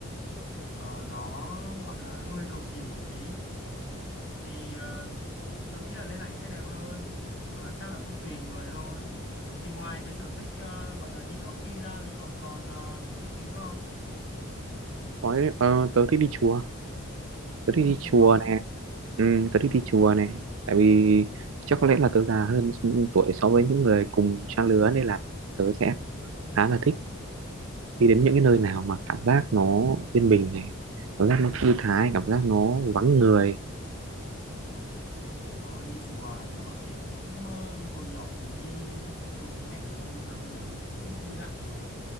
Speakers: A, on the left; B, on the right.
A: ờ, ờ, nó gọi là hơi cầu kỳ một tí. Thì ờ, tớ nghĩ là lên ảnh sẽ đẹp hơn. Nhưng mà chắc là cũng tùy người thôi. Thì ngoài cái sở thích ờ, gọi là đi coffee ra thì cậu còn ờ, sở thích gì nữa không?
B: Có, ờ, tớ thích đi chùa tớ thích
A: Đi
B: đi
A: chùa?
B: chùa
A: á?
B: nè ừ, tớ thích đi chùa nè tại vì chắc có lẽ là tớ già hơn tuổi so với những người cùng trang lứa nên là tớ sẽ khá là thích đi đến những cái nơi nào mà cảm giác nó yên bình này cảm giác nó thư thái cảm giác nó vắng người
A: Ờ, đi chùa à? tớ thì cũng ờ, hồi nhỏ từng đi chùa với mẹ rồi nhưng mà bây giờ thì ít đi lại rồi